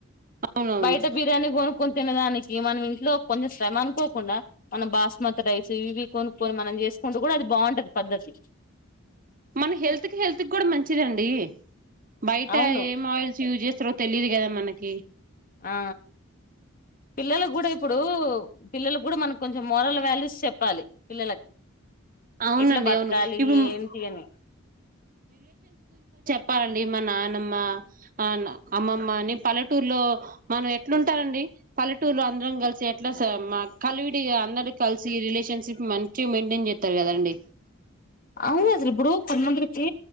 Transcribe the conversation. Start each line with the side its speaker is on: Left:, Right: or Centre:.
Right: అవునవును
Left: టే బిర్యానీ కో కొనుొని తినదానికి మనం ఇంట్లో కొంచెం శ్రమ అనుకోకుండా మనం బాస్మతి రైస్ ఇవి కొనుక్కొని మనం చేసుకుంటూ కూడా అది బాగుంటది పద్ధతి
Right: మన హెల్త్ కి హెల్త్ కి కూడా మంచిదండి. బయట
Left: అవును
Right: ఏం ఆయిల్స్ యూజ్ చేస్త ఇ తెలిదు కదా మనకి
Left: ఆ పిల్లల కూడా ఇప్పుడు. పిల్లల కూడా మనకు కొంచెం మోరల్ వాల్యూస్ చెప్పాలి. పిల్లలకి
Right: అవునండి
Left: ఎట్లా బతకాలి
Right: అవును ఇప్పుడు
Left: ఏంటి అని
Right: ప్పర్లిమ నానమ్మ అ అమ్మమ్మ అని పల్లెటూర్లో మనం ఎట్లుంటారంండి. పల్లెటూరులో అందరం కలిసి ఎట్లా కల్విడి అందరి కలిసి రిలేషన్షిప్ మంచి మెయి నేను చెప్తారు కదండి.
Left: అవునసలు ఇబుడు కంద జ